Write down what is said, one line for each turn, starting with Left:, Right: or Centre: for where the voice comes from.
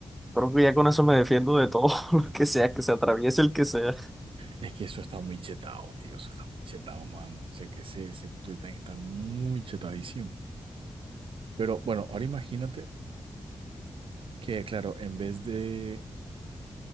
Centre: Creo que ya con eso me defiendo de todo <laughs> lo que sea, que se atraviese el que sea.
Right: Es que eso está muy chetado, tío. Eso está muy chetado, man. Sé que ese, ese puto titán está muy chetadísimo. Pero bueno, ahora imagínate que, claro, en vez de